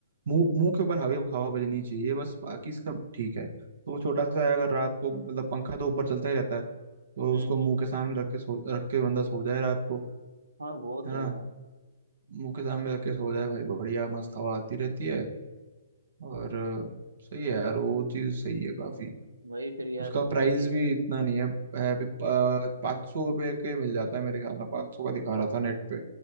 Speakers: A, on the right (about 65°); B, on the right (about 85°).
A: मुंह मुंह के ऊपर हवा हवा बजनी चाहिए बस बाकी सब ठीक है तो वो छोटा सा है अगर रात को मतलब पंखा तो ऊपर चलता ही रहता है तो
B: हम्म
A: उसको मुंह के सामने रख के सो रख के बंदा सो जाए रात को
B: हाँ वो
A: है
B: तो
A: ना
B: है
A: मुंह के सामने रख के सो जाए भाई बढ़िया मस्त हवा आती रहती है और अ, सही है यार वो चीज सही है काफी
B: वही फिर यार
A: उसका प्राइस
B: तब ये
A: भी इतना नहीं है है भी पाँच सौ रुपये के मिल जाता है मेरे ख्याल में पाँच सौ का दिखा रहा था नेट पे